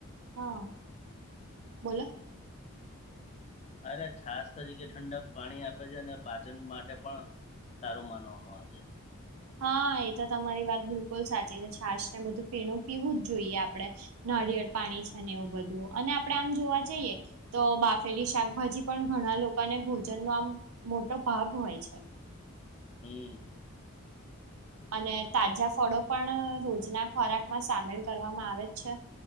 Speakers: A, on the right (about 80°); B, on the left (about 30°).
A: હા બોલો?
B: અનેરે છાસ તરીકે ઠંડક પાણી આપે છે અને પાચન માટે પણ સારું માનવામાં આવે
A: હા એ તો તમારી વાત બિલકુલ સાચી છે, છાશ ને બધું પીણું પીવું જ જોઈએ આપડે. નળિયળ પાણી છે ને એવું બધું અને આપડે આમ જોવા જઈએ તો બાફેલી શાકભાજી પણ ઘણા લોકોને ભોજન નો આમ મોટો ભાગ હોય છે.
B: હમ્મ.
A: અને તાજા ફળો પણ રોજના ખોરાક માં સામેલ કરવામાં આવે જ છે.